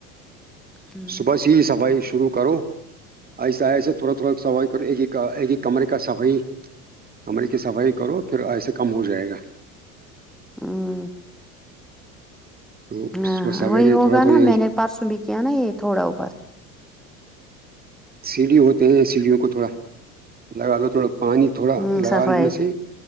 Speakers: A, in the centre; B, on the right.
A: ہمم
B: صبح ہی صفائی شروع کرو ایسے آئے ایسے تھوڑا تھوڑا صفائی ایک کمے صفائی کمرے کی صفائی کرو پھر ایسے کم ہو جائے گا
A: <inaudible>
B: تو
A: ہاں
B: صبح سویرے
A: وہی ہوگا
B: تھوڑا تھوڑا
A: نا میں نے پرسوں بھی کیا نا یہ تھوڑا اپر
B: سیڑھی ہوتے ہیں سیڑھیوں کو تھوڑا لگا دو تھوڑا پانی تھوڑا
A: ہ
B: لگا
A: صفائی
B: ان میں
A: کا
B: سے